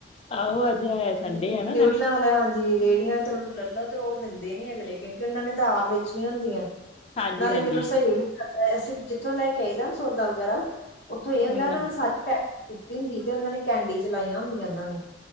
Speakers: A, on the left; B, on the left.
A: ਆਹੋ ਅੱਜ ਹੈ ਸੰਡੇ
B: ਹਾਂਜੀ
A: ਹੈ ਨਾ
B: ਨਿਊੜਲਾ
A: ਨਾਲੇ
B: ਵਾਲਾ ਹਾਂਜੀ ਜੀ ਰੇਹੜੀਆਂ ਤੋ ਲੈਲੋ ਤੇ ਉਹ ਦਿੰਦੇ ਨੀ ਅਗਲੇ ਕਿਉਂਕਿ ਉਹਨਾਂ ਨੇ ਤਾਂ ਆਪ ਵੇਚਨੀਆ ਹੁੰਦੀਆਂ।
A: ਹਾਂਜੀ,
B: ਨਾਲੇ
A: ਹਾਂਜੀ।
B: ਮੈਨੂੰ ਸਹੀ ਨੀ ਅਸੀਂ ਜਿੱਥੋਂ ਲੈ ਕੇ ਆਈਦਾ ਨਾ ਸੌਦਾ ਵਗੈਰਾ ਉੱਥੋਂ ਇਹ ਹੁੰਦਾ
A: ਹੀ
B: ਉਹਨਾਂ
A: ਹਨ
B: ਨੇ ਸਾਤ ਪੈਕ ਕੀਤੀ ਹੁੰਦੀ ਤੇ ਉਹਨਾਂ ਨੇ ਕੈਂਡੀ ਚਲਾਈਆਂ ਹੁੰਦੀਆਂ ਉਹਨਾਂ ਨੇ।